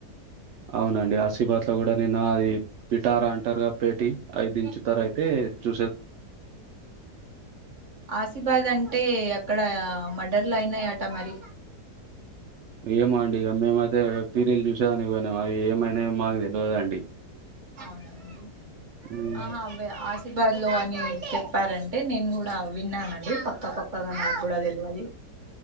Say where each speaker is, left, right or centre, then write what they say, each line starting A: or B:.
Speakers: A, on the right; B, on the right.
A: అవునండి ఆశీబాద్ లో కూడా నిన్న అది పిటారా అంటారుగా పెటి అయి దించుతారయితే చూ
B: ఆసిబాద్ అంటే అక్కడ మడర్ లయినట మరి
A: ఏమో అండి ఇక మేమైతే పీరిలు చూసేదానికి పోయినము అవి ఏమైనాయో మాకు తెలియదండి
B: అవునండి
A: హ్మ్.
B: ఆహా అ ఆశీర్బాద్ లో అని చెప్పారంటే నేను కూడా విన్నానండి పక్కపక్కగా నాకు కూడా తెలువది